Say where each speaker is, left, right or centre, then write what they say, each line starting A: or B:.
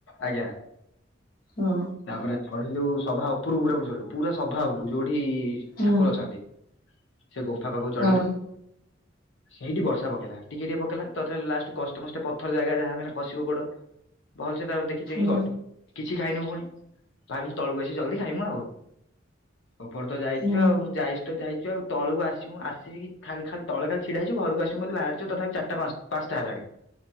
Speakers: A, on the left; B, on the left.
A: ଆଜ୍ଞା।
B: ହଁ।
A: ତାପରେ ଚଢିଲୁ ସଭା ଉପରୁ କୁ ପୁରା ପୁରି ଚଢିଲୁ ପୁରା ସଭା ଉପରୁ ଯୋଉଠି
B: ହୁଁ
A: ଠାକୁର ଅଛନ୍ତି। ସେ ଗୁମ୍ଫା ପାଖକୁ ଚଢିଲୁ।
B: ହଁ
A: ସେଇଠି ବର୍ଷା ପକେଇଲା ଟିକେ ଟିକେ ପକେଇଲା ତଥାପି ଲାଷ୍ଟ କଷ୍ଟମଷ୍ଟେ ପଥର ଜାଗା ଯାହା ବି ମାନେ ଖସିବ ଗୋଡ। ଭଲସେ ତା କିଛି ଯେଇଁ
B: ହୁଁ
A: ଗଲୁ କିଛି ଖାଇନୁ ପୁଣି ଭାବିଲି ତଳୁକୁ ଆସି ଜଲଦି ଖାଇମୁଁ ଆଉ। ଉପର ତ ଯାଇଚୁ
B: ହୁଁ।
A: ଆଉ ଯାଇଚୁ ତ ଯାଇଚୁ ଆଉ। ତଳକୁ ଆସିମୁ ଆସି ଖା ଖାଲି ତଳେ ଖାଲି ଛିଡା ହେଇଚୁ ଘରକୁ ଆସିମୁ ବୋଲି ବାହାରିଚୁ ତଥାପି ଚିରିଟା ପାଞ୍ଚ ପାଞ୍ଚଟା ହେଲାଣି